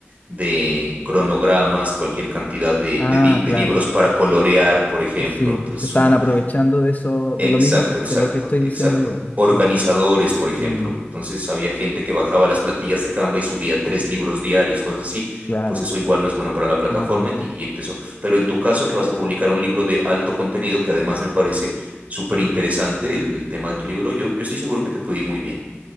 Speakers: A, on the right (about 35°); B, on the left (about 40°).
A: de cronogramas, cualquier cantidad de,
B: Ah,
A: de di- de
B: claro.
A: libros para colorear, por ejemplo.
B: sí,
A: Entonces,
B: se estaban
A: un-
B: aprovechando de eso, de
A: Exacto,
B: lo mismo que,
A: exacto,
B: de lo que estoy
A: exacto.
B: diciendo yo. pues,
A: Organizadores,
B: Sí,
A: por ejemplo.
B: Mm,
A: Entonces había gente que bajaba las plantillas de Canva y subía tres libros diarios, cosas así.
B: claro,
A: Pues eso igual no es bueno para la plataforma
B: no, pues no.
A: y, y empezó. Pero en tu caso, que vas a publicar un libro de alto contenido, que además me parece súper interesante el, el tema de tu libro, yo, yo estoy seguro que te puede ir muy bien.